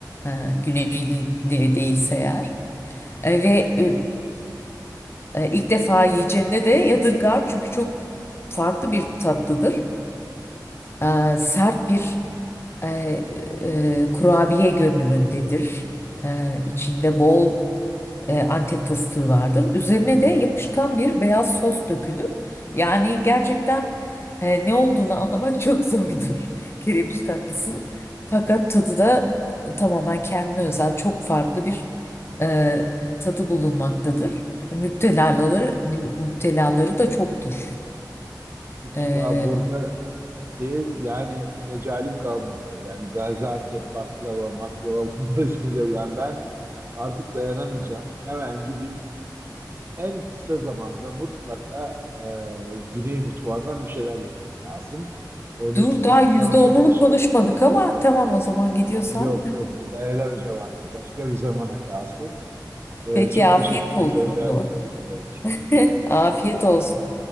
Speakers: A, on the left; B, on the right.
A: Ee, Güneyli değilse eğer. Ee, ve e, e, ilk defa yiyeceğine de yadırgar çünkü çok farklı bir tatlıdır. Ee, sert bir e, e, kurabiye görünümündedir. Ee, içinde bol e, Antep fıstığı vardır. Üzerine de yapışkan bir beyaz sos dökülür. Yani gerçekten e, ne olduğunu anlamak çok <laughs> zordur kerebiç tatlısının. Fakat tadı da tamamen kendine özel çok farklı bir e, tadı bulunmaktadır. Müptelaları, müptelaları da çoktur.
B: Hiç
A: E,
B: daha burada şey yani mecalim kalmadı. Yani Gaziantep baklava, maklava <laughs> bunları içmeyeceğim. Yani ben artık dayanamayacağım. Hemen gidip en kısa zamanda mutlaka e, Güney mutfağından bir şeyler yemem lazım. Onun
A: dur
B: için
A: daha yüzde
B: sana çok
A: onunu
B: teşekkür.
A: konuşmadık ama tamam o zaman gidiyorsan.
B: Ama yok yok dayanamayacağım artık. Başka bir zamana kalsın. Ee,
A: Peki
B: çok
A: afiyet
B: teşekkür
A: olsun
B: ediyorum
A: o
B: verdiğin
A: zaman.
B: bilgiler için.
A: <laughs>
B: Görüşürüz.
A: Afiyet olsun.